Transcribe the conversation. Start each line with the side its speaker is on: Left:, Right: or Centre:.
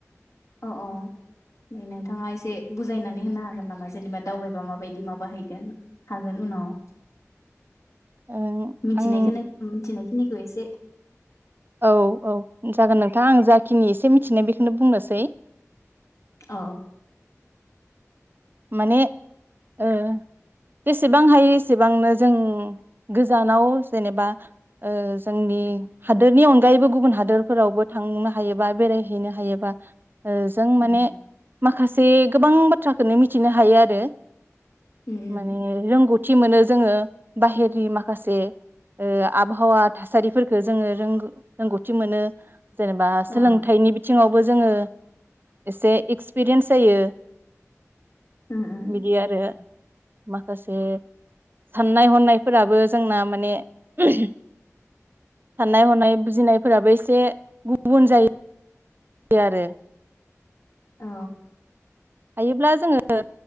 Left: अ अ <unintelligible> नोंथाङा एसे बुजायनानै होनो हागोन नामा जेनेबा दावबायबा माबायदि माबाहैगोन हागोन उनाव?
Right: ओं
Left: मिथिनायखोनो
Right: आं
Left: मिथिनाय निखौ एसे
Right: औ औ जागोन नोंथां आं जा खिनि एसे मिथिनाय बेखौनो बुंनोसै।
Left: औ।
Right: माने ओ एसेबां हायो एसेबांनो जों गोजानाव जेनेबा ओ जोंनि हादोरनि अनगायैबो गुबुन हादोरफोरावबो थांनो हायोबा बेरायहैनो हायोबा जों माने
Left: उम
Right: माखासे गोबां बाथ्रा खोनो मिथिनो हायो आरो।
Left: उम उम
Right: माने रोंगौ थि मोनो जोङो बाहेरनि माखासे ओ आबहावा थासारिफोरखौ जोङो रों रोंगौथि मोनो। जेनेबा
Left: अ
Right: सोलोंथाइनि बिथिङाव बो जोङो एसे एक्सपिरियेनस जायो।
Left: उम उम
Right: बिदि आरो। माखासे साननाय हनायफोराबो जोंना माने <unintelligible> साननाय हनाय बुजिनायफोराबो एसे गुबुन जायो यो आरो।
Left: औ।
Right: हायोब्ला जोङो